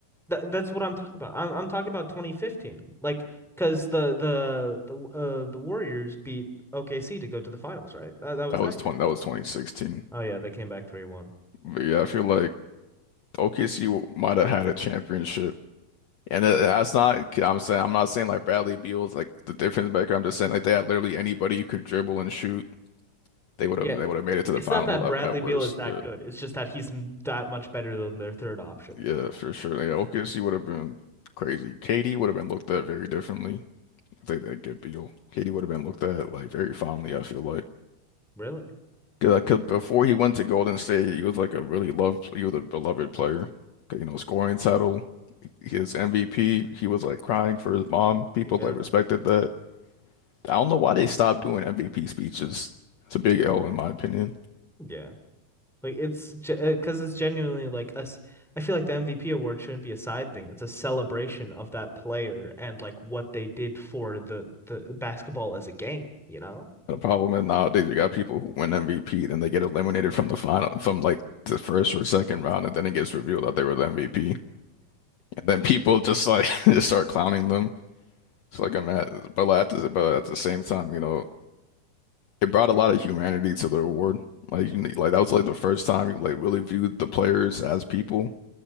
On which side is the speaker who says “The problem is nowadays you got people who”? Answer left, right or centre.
Left